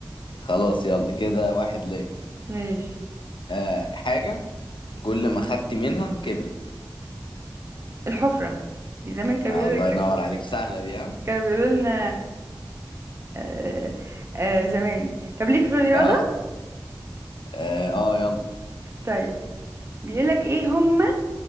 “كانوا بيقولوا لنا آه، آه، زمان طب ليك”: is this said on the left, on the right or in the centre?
Right